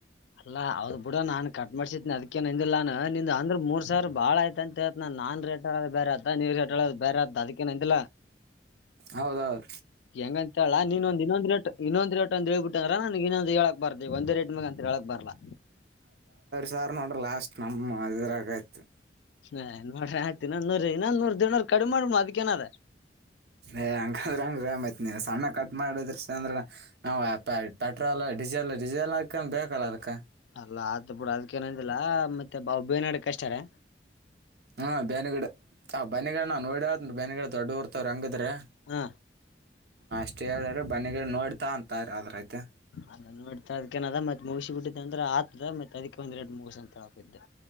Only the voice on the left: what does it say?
ಅಲ್ಲಾ ಅವದ್ ಬಿೂಡ ನಾನ್ ಕಟ್ ಮಾಡಸಿದ್ನ ಅದ್ಕಂದಿಲ್ಲ ನಾನನ್ ನಿ ಅಂದ್ರೆ ಮೂರ್ ಸಾವಿ ಬಾಳ ಆಯತ ಅಂತೇತ ನನ್ ರೇ ಬೇರೆ ಆತ ನೀ ಬೇರೆ ಅ ಅದಕ್ಕೇ ಅಂದಿಲ್ಲಾ
ಹೆಂಗಂತಲ್ಲ ನೀನ್ೊಂದ್ ಇನ್ನೊಂದ ರೇಟ್ ಇನ್ನೊಂದ್ ರೇಟ್ ಹೇಳ್ಬಿಟ್ಟ ಅ್ರ ನನ್ ಇನ್ನೊಂದು ಹೇಳಕ್ ಬಾರ್ದ ಒಂದೇ ರೇಟ್ ಮಾಗ ಅಂತ ಹೇಳಕ್ ಬರ್ಲಾ
ಹ ನೋಡ್ರಿ ಆಯ್ತಿನ ನೂರ್ ಇನ್ನ ನೂರ್ ದಡ್ೂರ್ ಕಡಿಮ ಮಾಡ್ಮ ಅದಕ್ಕ ಏನದ
ಅಲ್ಲ ಆದ ಬಿಡ ಅದ್ೇನಂದಿಲ್ಲಾ ಮತ್ತೆ ಬಾ ಬೇನಾಡಕ ಅಷ್ಟಾರೆ
ಹ್ಮ
ಅದ ನೋಡ್ತ ಅದಕನದ ಮತ್ ಮುಗಿ ಬಿಟ್ಟಿದ್ದೆ ಅ್ರ ಆತದ ಮತ್ ಅದಕ್ಕೆ ಒಂದೆರಡ್ ಮುಗಸ ಅಂತ ಹಾಕಿದ್ದೆ